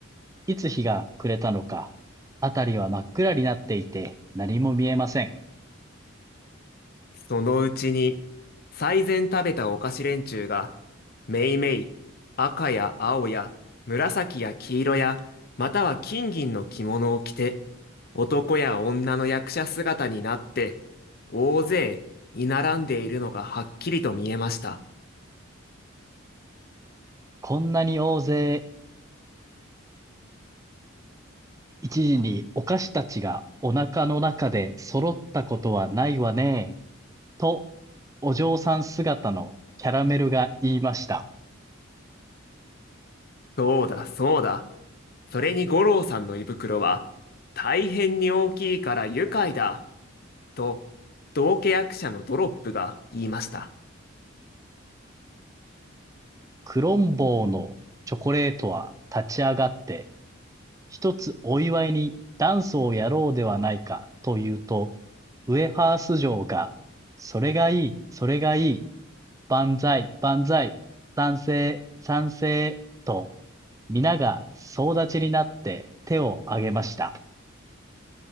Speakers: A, on the right; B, on the left.
A: いつ日が暮れたのか、あたりは真っ暗になっていて、何も見えません。
B: そのうちに、最前食べたお菓子連中が、めいめい、赤や青や、紫や黄色や、または金銀の着物を着て、男や女の役者姿になって、大勢、居並んでいるのがはっきりと見えました。
A: こんなに大勢一時にお菓子たちがお腹の中で揃ったことはないわねえ、とお嬢さん姿のキャラメルが言いました。
B: そうだ、そうだ。それに五郎さんの胃袋は、大変に大きいから愉快だ、と、道化役者のドロップが言いました。
A: クロンボーのチョコレートは立ち上がって一つお祝いにダンスをやろうではないか、と言うと、ウエハース嬢が、それがいい、それがいい、万歳、万歳、賛成、賛成、と、皆が総立ちになって手を挙げました。